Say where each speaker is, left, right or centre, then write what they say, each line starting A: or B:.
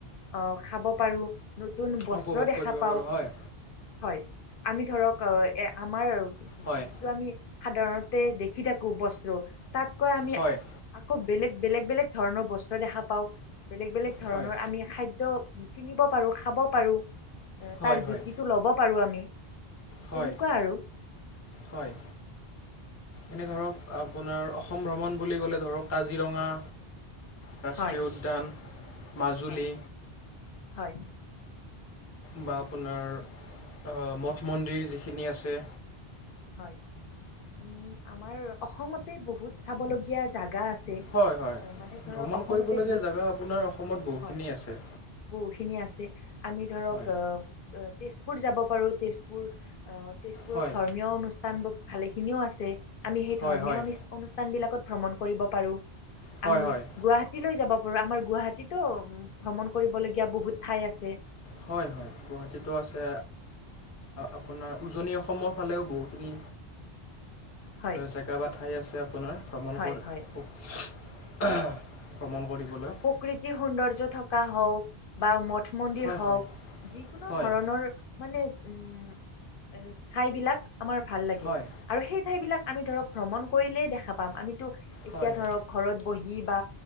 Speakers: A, on the left; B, on the left.
A: আহ খাব পাৰো। নতুন বস্ত্ৰ
B: উপভোগ
A: দেখা
B: কৰিব
A: পাওঁ,
B: পাৰোঁ হয়
A: হয়। আমি ধৰক এ আমাৰ
B: হয়
A: যিটো আমি সাধাৰণত তে দেখি থাকো বস্ত্ৰ, তাতকৈ আমি
B: হয়
A: আকৌ বেলেগ বেলেগ বেলেগ ধৰণৰ বস্ত্ৰ দেখা পাওঁ বেলেগ বেলেগ ধৰণৰ
B: হয়
A: আমি খাদ্য চিনিব পাৰো খাব পাৰো
B: হয়
A: তাৰ
B: হয়
A: জুতিটো ল'ব পাৰো আমি
B: হয়
A: তেনেকুৱা আৰু
B: হয়। এনে ধৰক আপোনাৰ অসম ভ্ৰমণ বুলি ক'লে ধৰক কাজিৰঙা ৰাষ্ট্ৰীয়
A: হয়
B: উদ্যান, মাজুলী।
A: হয় হয়।
B: বা আপোনাৰ অ', মঠ মন্দিৰ যিখিনি আছে।
A: হয়, উম, আমাৰ অসমতে বহুত চাবলগীয়া জাগা আছে
B: হয়, হয়,
A: অ, মানে ধৰক
B: ভ্ৰমণ
A: অসমতে
B: কৰিবলগীয়া
A: বহুত
B: জেগা আপোনাৰ অসমত বহুখিনি
A: হয়
B: আছে।
A: বহুখিনি আছে, আমি ধৰক
B: হয়।
A: অহ' তেজপুৰ যাব পাৰোঁ, তেজপুৰ অহ, তেজপুৰ
B: হয়।
A: অনুষ্ঠান ভালেখিনিও আছে আমি সেই
B: হয়
A: ধৰ্মীয়
B: হয়
A: অনু-অনুষ্ঠান বিলাকত ভ্ৰমণ কৰিব পাৰোঁ।
B: হয়
A: আমি
B: হয়
A: গুৱাহাটী লৈ যাব পাৰোঁ আমাৰ গুৱাহাটীতো ভ্ৰমণ কৰিবলগীয়া বহুত ঠাই আছে।
B: হয়, হয়, আ গুৱাহাটীটো আছে আপোনাৰ উজনি অসমৰ ফালেও বহুখিনি,
A: হয়
B: জেগা বা ঠাই আছে আপোনাৰ ভ্ৰমণ
A: হয়
B: কৰ
A: হয়
B: <unintelligible> ভ্ৰমণ কৰিবলৈ।
A: অ, প্ৰকৃতিৰ সৌন্দৰ্য থকা হওঁক বা মঠ মন্দিৰ
B: হয়
A: হওঁক
B: হয়
A: যিকোনো
B: হয়
A: ধৰণৰ মানে উম, এ, ঠাইবিলাক আমাৰ ভাল লাগে।
B: হয়
A: আৰু সেই ঠাইবিলাক আমি ধৰক ভ্ৰমণ কৰিলেই দেখা পাম, আমিতো এতিয়া
B: হয় হয়
A: ধৰক ঘৰত বহি বা